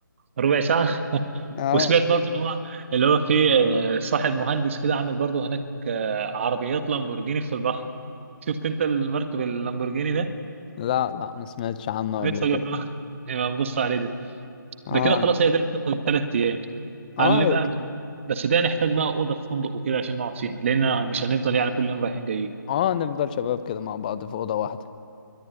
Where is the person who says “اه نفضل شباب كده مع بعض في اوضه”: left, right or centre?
Left